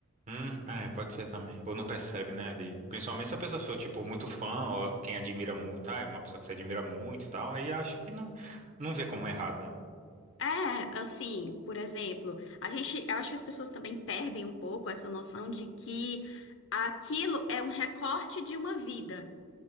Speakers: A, on the right; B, on the left.
A: Hum, é, pode ser também. Ou não percebe, né, ali. Principalmente se a pessoa for, tipo, muito fã, ou quem admira muito, ah, é uma pessoa que você admira muito e tal, aí acha que não, não vê como errado, né?
B: É, assim, por exemplo, a gente, eu acho que as pessoas também perdem um pouco essa noção de que aquilo é um recorte de uma vida.